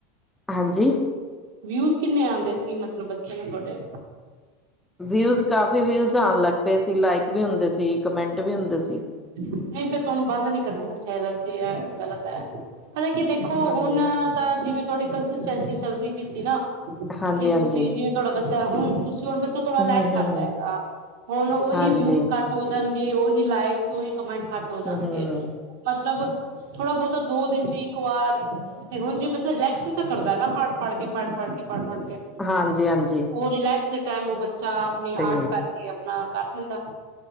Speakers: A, in the centre; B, on the right.
A: ਹਾਂਜੀ
B: ਵਿਊਜ਼ ਕਿੰਨੇ ਆਦੇ ਸੀ, ਮਤਲਬ ਬੱਚਿਆ ਨੂੰ ਤੁਹਾਡੇ?
A: ਵਿਊਜ਼ ਕਾਫੀ ਵਿਊਜ਼ ਆਣ ਲੱਗ ਪਏ ਸੀ, ਲਾਈਕ ਵੀ ਹੁੰਦੇ ਸੀ ਕਮੈਂਟ ਵੀ ਹੁੰਦੇ ਸੀ।
B: ਨਹੀਂ ਫਿਰ ਤੁਹਾਨੂੰ ਬੰਦ ਨਹੀਂ ਕਰਵਾਉਣਾ ਚਾਹੀਦਾ ਸੀ, ਐ ਗ਼ਲਤ ਐ। ਪਤਾ ਕੀ ਦੇਖੋ,
A: ਹਾਂਜੀ
B: ਹੁਣ ਤਾਂ ਜਿਵੇਂ ਤੁਹਾਡੀ ਕੰਸਿਸਟੈਂਸੀ ਚੱਲਦੀ ਪਈ ਸੀ ਨਾ
A: ਹਾਂਜੀ
B: ਕਿ
A: ਹਾਂਜੀ
B: ਤੁਸੀਂ, ਜਿਵੇਂ ਤੁਹਾਡਾ ਬੱਚਾ ਹੁਣ ਤੁਸੀਂ ਹੁਣ ਬੱਚਾ ਥੋੜਾ
A: ਹਮ
B: ਲੈਕ
A: ਹਮ
B: ਕਰ ਜਾਏਗਾ।
A: ਹਮ
B: ਹੁਨ ਓਹੀ
A: ਹਾਂਜੀ
B: ਵਿਊਸ ਘੱਟ ਹੋ ਜਾਣਗੇ, ਓਹੀ ਲਾਈਕ ਓਹੀ ਕਮੈਂਟ ਘੱਟ ਹੋ ਜਾਣਗੇ।
A: ਹਮ ਹਮ
B: ਮਤਲਬ, ਥੋੜਾ-ਬਹੁਤਾ ਦੋ ਦਿਨ'ਚ ਇੱਕ ਵਾਰ। ਤੇ ਹੁਣ ਜੇ ਬੱਚਾ ਰਿਲੈਕਸ ਵੀ ਤਾਂ ਕਰਦਾ ਨਾ ਪੜ-ਪੜਕੇ, ਪੜ-ਪੜਕੇ, ਪੜ-ਪੜਕੇ।
A: ਹਾਂਜੀ ਹਾਂਜੀ
B: ਓਹ ਰਿਲੈਕਸ ਦੇ ਟਾਈਮ ਉਹ ਬੱਚਾ, ਆਪਣੇ
A: ਤੇ
B: ਆਰਟ ਕਰਕੇ ਨਾ ਕਰ ਦਿੰਦਾ,